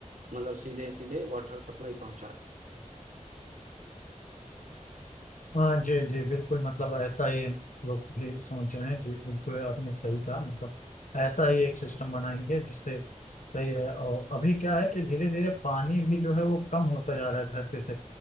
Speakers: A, on the right; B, on the left.
A: मतलब सीधे सीधे वाटर सप्लाई पहुंचा दी
B: हाँ जी जी बिल्कुल मतलब ऐसा ही हम लोग भी सोच रहे हैं जी बिल्कुल आपने सही कहा मतलब ऐसा ही एक सिस्टम बनाएंगे जिससे सही है और अभी क्या है कि धीरे धीरे पानी भी जो है वो कम होता जा रहा है धरती से